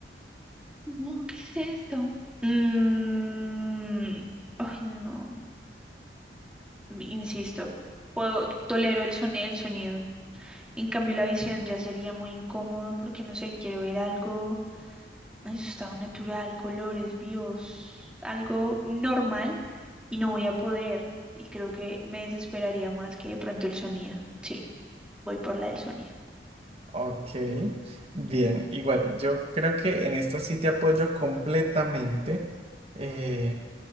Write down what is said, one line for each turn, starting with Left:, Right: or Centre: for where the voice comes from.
Centre: No, ¿qué es esto? Mm, ay, no. Insisto, puedo, tolero el soni- el sonido. En cambio, la visión ya sería muy incómodo porque no sé, quiero ver algo. en su estado natural, colores vivos, algo normal y no voy a poder. Y creo que me desesperaría más que de pronto el sonido. Sí, voy por la del sonido.
Right: Ok, bien, igual, yo creo que en esta sí te apoyo completamente. Eh,